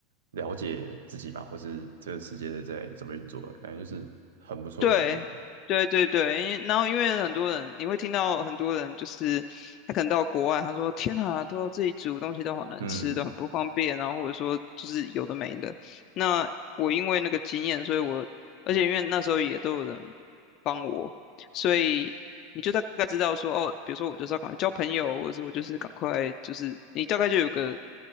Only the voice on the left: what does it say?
对，对对对，因然后因为很多人，你会听到很多人就是他可能到国外，他说天啊，都要自己煮东西都好难吃，
都很不方便，然后或者说就是有的没的。那我因为那个经验，所以我而且因为那时候也都有人帮我，所以你就大概知道说哦，比如说我就是要赶快交朋友，或者是我就是赶快就是你大概就有个